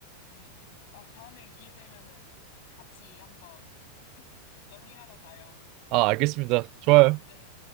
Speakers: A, on the left; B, on the right.
A: 네. 막 다음에 기회 되면은 같이 한번 러닝하러 가요.
B: 아, 알겠습니다. 좋아요.
A: 네.